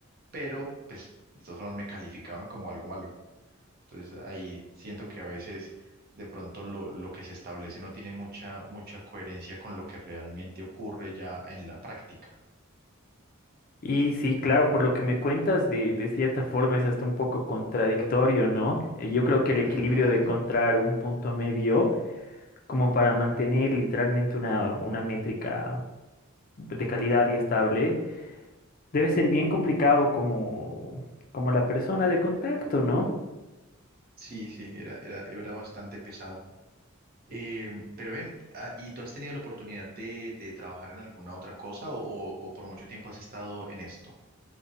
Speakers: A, on the right; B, on the left.
A: pero pues de todas formas me calificaban como algo malo. Entonces ahí siento que a veces de pronto lo, lo que se establece no tiene mucha, mucha coherencia con lo que realmente ocurre ya en la práctica.
B: Y sí, claro, por lo que me cuentas, de, de cierta forma es hasta un poco contradictorio, ¿no? Eh, Yo creo que el equilibrio
A: Ujú.
B: de encontrar un punto medio como para mantener literalmente una, una métrica de calidad y estable, debe ser bien complicado como, como la persona de contacto, ¿no?
A: Sí, sí, era, era, era bastante pesado. Eh, pero ven, ah, ¿y tú has tenido la oportunidad de, de trabajar en alguna otra cosa o, o- o por mucho tiempo has estado en esto?